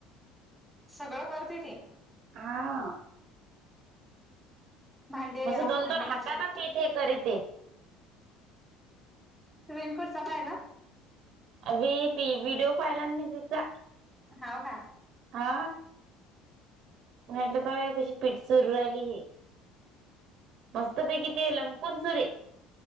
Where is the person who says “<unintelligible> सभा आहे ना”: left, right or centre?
Centre